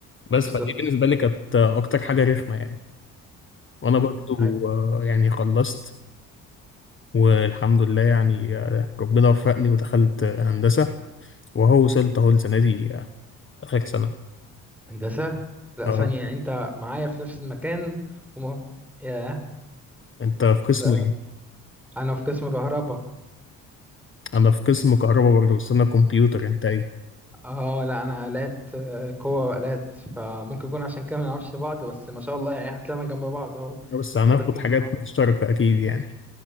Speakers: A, on the left; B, in the centre.
A: بس
B: بالظبط
A: فدي بالنسبة لي كانت آه، اكتر حاجة رخمة يعني وانا
B: مم.
A: برضو
B: أيوه
A: آه، يعني خلصت والحمد لله يعني آه، ربنا وفقني ودخلت آه، هندسة وهو وصلت اهو السنة دي آه، آخر سنة
B: هندسة لأ
A: اه
B: ثانية يعني أنت معايا في نفس المكان وما ياه
A: انت في قسم
B: ده
A: ايه؟
B: أنا في قسم كهرباء
A: انا في قسم كهرباء برضه بس انا كمبيوتر انت ايه؟
B: اه لا انا آلات آه، قوة وآلات فممكن يكون عشان كده ما نعرفش بعض بس ما شاء الله يعني هتلاقينا جنب بعض اهو
A: آه، بس هناخد
B: قريبين
A: حاجات
B: من بعض
A: مشتركة اكيد يعني